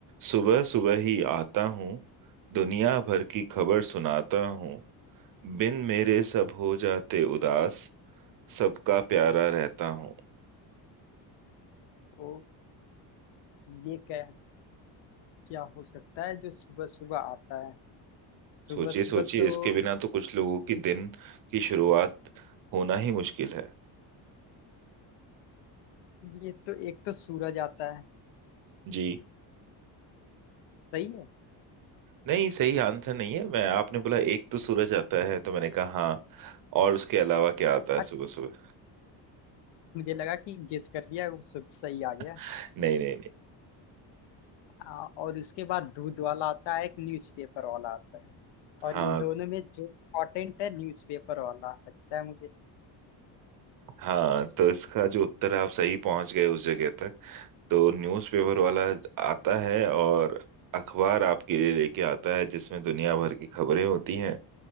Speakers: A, on the right; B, on the left.
A: सुबह सुबह ही आता हूँ दुनिया भर की खबर सुनाता हूँ बिन मेरे सब हो जाते उदास सबका प्यारा रहता हूँ
B: तो ये क्या क्या हो सकता है जो सुबह सुबह आता है सुबह
A: सोचिए सोचिए
B: सुबह तो
A: इसके बिना तो कुछ लोगों की दिन की शुरुआत होना ही मुश्किल है
B: ये तो एक तो सूरज आता है
A: जी
B: सही है
A: नहीं सही आंसर नहीं है मैं आपने बोला एक तो सूरज आता है तो मैंने कहा हाँ और उसके अलावा क्या आता है
B: अ,
A: सुबह सुबह
B: मुझे लगा कि गेस कर लिया वो सब सही आ गया
A: <laughs> नहीं नहीं नहीं
B: हाँ और उसके बाद दूध वाला आता है एक न्यूज़पेपर वाला आता है और
A: हाँ
B: इन दोनों में जो इम्पोर्टेंट है न्यूज़पेपर वाला लगता है मुझे
A: हाँ तो इसका जो उत्तर है आप सही पहुंच गए उस जगह तक तो न्यूज़पेपर वाला आता है और अखबार आपके लिए लेके आता है जिसमें दुनिया भर की खबरें होती हैं